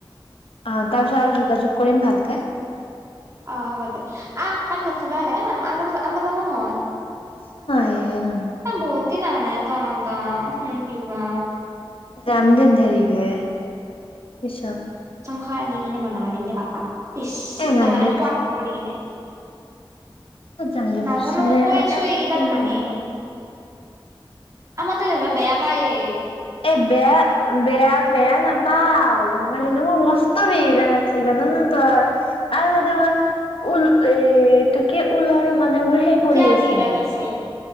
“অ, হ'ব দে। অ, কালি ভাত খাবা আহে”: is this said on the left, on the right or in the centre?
Right